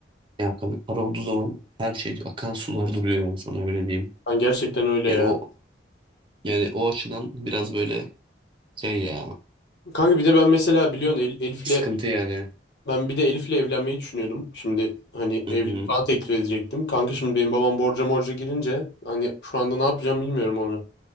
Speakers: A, on the right; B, on the left.
A: Yani kanka para olduğu zaman her şey akan sular duruyor yani sana öyle diyeyim.
B: Ben gerçekten öyle
A: Yani
B: ya.
A: o yani o açıdan biraz böyle şey ya
B: Kanka bir de ben mesela biliyorsun El- Elif'le
A: sıkıntı yani.
B: Ben bir de Elif'le evlenmeyi düşünüyordum. Şimdi hani
A: Hı
B: evlilik
A: hı.
B: falan teklif edecektim. Kanka şimdi benim babam borca morca girince hani şu anda ne yapacağım bilmiyorum onu.